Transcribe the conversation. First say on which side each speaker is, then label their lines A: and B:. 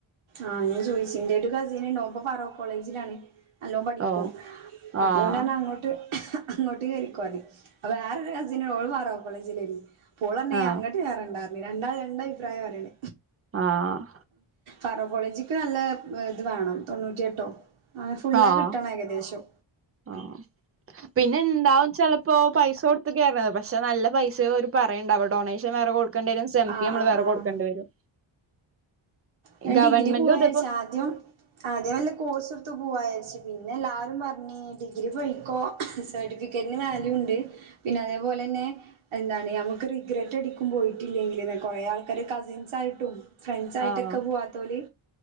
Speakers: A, on the right; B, on the right.
A: ആഹ് ഞാൻ ചോയിച്ചി എന്റെ ഒരു കസിൻ ഉണ്ടോ പ്പം പറോക്ക് കോളേജിലാണ്. നല്ലോ പഠിക്കും.
B: ഓ
A: അപ്പോ
B: ആഹ്
A: ഒന് പറഞ്ഞ അങ്ങോട്ട് അങ്ങോട്ട് കേറിക്കോ അപ്പ വേറൊരു കസിന ഓ പറോ കോളേജില പോൾ പറേന്നെ
B: ആഹ്
A: അങ്ങട്ട് കേറെണ്ടാന്നു രണ്ടാള് രണ്ട് അഭിപ്രായം പരണ്.
B: ആഹ്
A: പറോ കോളേജിക്ക് നല്ല ഇത് വേണം തൊണ്ണൂറ്റിയെട്ടോ അങ്ങനെ ഫുള്ള്
B: ആഹ്
A: കിട്ടണം ഏകദേശം.
B: ആഹ് പിന്നെ ഇണ്ടാവും ചിലപ്പോ പൈസ കൊടുത്ത കയറത് പ ക്ഷെ നല്ല പൈസ ഒരു പറയണ്ടവ ഡൊണേഷൻ വേറെ കൊടുക്കേണ്ടി വരും സെംഫി
A: ആഹ്
B: നമ്മള്
A: ആഹ്
B: വേറെ
A: ആഹ്
B: കൊടുക്കേണ്ടി വരും.
A: ഞാൻ
B: ഗവൺമെന്റിലും
A: ഡിഗ്രി പോവച്ച
B: ഇതേപ്പോ
A: ആദ്യം ആദ്യം വല്ല കോഴ്സ് എടുത്ത് പോവ ച്ചു പിന്നെ എല്ലാരും പറഞ്ഞു ഡിഗ്രി പൊയ്ക്കോ സർട്ടിഫിക്കറ്റ് ന് വാല്യൂ ഉണ്ട്. പിന്നെ അ പോലെ തന്നെ എന്താണ് നമുക്ക് റിഗ്രറ്റ് അടിക്കും പോയിട്ടില്ലെങ്കില്ന്ന് കുറെ ആൾക്കാര് കസിൻസ് ആയിട്ടും. ഫ്രണ്ട്സ് ആയിട്ടൊക്കെ
B: ആഹ്
A: പോവാത്ത ഓല്